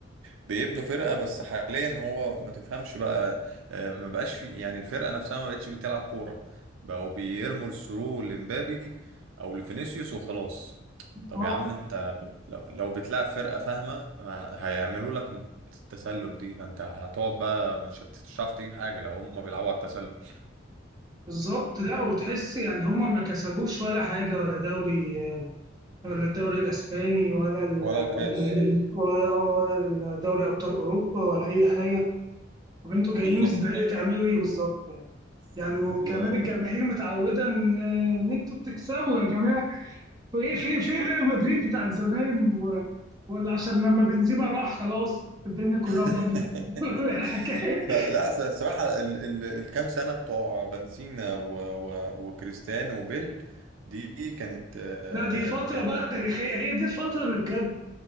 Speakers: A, on the right (about 85°); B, on the right (about 20°).
A: بيبنوا فرقة بس حاليا هو ما تفهمش بقى آه، ما بقاش في يعني الفرقة نفسها ما بقتش بتلعب كورة بقوا بيرموا الثرو لمبابي أو لفينيسيوس وخلاص طب
B: اه
A: يا عم انت لو, لو بتلعب فرقة فاهمة ما هيعملوا لك التسلل دي فانت هتقعد بقى مش هت- مش هتعرف تجيب حاجة لو هم بيلعبوا على التسلل
B: بالظبط لا وتحس يعني هم ما كسبوش ولا حاجه ولا دوري ولا الدوري الاسباني ولا ال
A: ولا الكاس
B: ولا ولا دوري ابطال اوروبا ولا اي حاجه طب انتوا جايين
A: بالظبط
B: السنه دي تعملوا ايه بالظبط يعني يعني
A: <laughs>
B: وكمان الجماهير متعوده ان إن انتوا بتكسبوا يا جماعه وايه في في ريال مدريد بتاعت زمان و... ولا عشان لما بنزيما راح خلاص الدنيا كلها باظت
A: ال-
B: <laughs> الحكايه
A: ف- لا س- الصراحة ال ال الكام سنة بتوع بنزينا و و وكريستيانو وبيل دي كانت آه،
B: لا دي الفتره
A: كانت
B: بقى التاريخيه هي دي الفتره اللي بجد